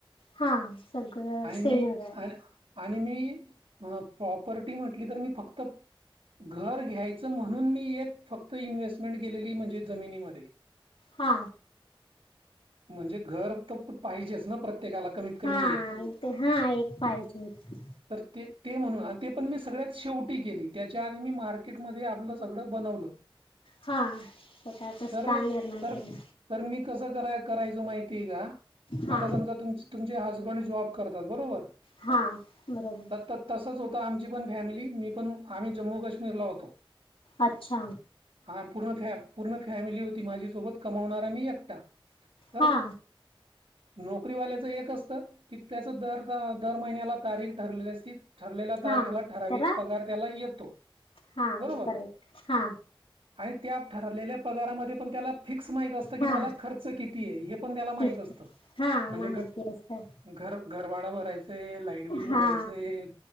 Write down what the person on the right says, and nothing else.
आणि मी
आणि आणि मी अ प्रॉपर्टी म्हटली तर मी फक्त घर घ्यायचं म्हणून मी एक फक्त इन्व्हेस्टमेंट केलेली म्हणजे जमिनीमध्ये.
म्हणजे घर तर पाहिजेच ना प्रत्येक एकाला कमी
एक
तर ते ते म्हणून ते पण मी सगळ्यात शेवटी केली त्याच्या आधी मी मार्केटमधे आपलं सगळं बनवलं.
तर
तर
तर मी कसं करा करायचं करायचो माहिती आहे का
आता समजा तुमची तुमचे हजबंड जॉब करतात बरोबर.
त त तसच होतं आमची पण फॅमिली मी पण आम्ही जम्मू काश्मीरला होतो.
हा पूर्ण फॅ पूर्ण फॅमिली होती माझ्या सोबत कमवणारा मी एकटा कर
नोकरीवाल्याचं एक असतं की त्याचं दर दा महिन्याला तारीख ठरलेली असती. ठरलेला तार
केला ठराविक
पगार त्याला येतो
बरोबर
आणि त्या ठरलेल्या पगारामध्ये ण त्याला फिक्स माहित असत की
मला खर्च किती आहे हे पण त्याला माहित
असतं.
म्हणजे
घ
घर घरभाडा भरायचंय, लाईट बिल भरायचंय,